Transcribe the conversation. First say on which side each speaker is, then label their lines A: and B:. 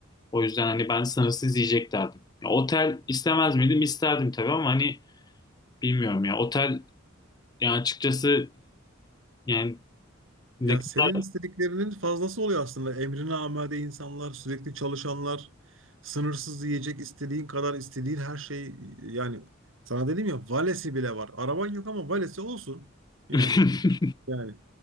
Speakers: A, on the left; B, on the right.
A: O yüzden hani ben sınırsız yiyecek derdim. Ya, Otel istemez miydim? İsterdim tabii ama hani Bilmiyorum ya. Otel yani açıkçası yani
B: Ya
A: ne kadar
B: senin istediklerinin fazlası oluyor aslında. Emrine amade insanlar, sürekli çalışanlar, sınırsız yiyecek, istediğin kadar istediğin her şey yani sana dedim ya valesi bile var. Araban yok ama valesi olsun. Yani
A: <laughs>
B: yani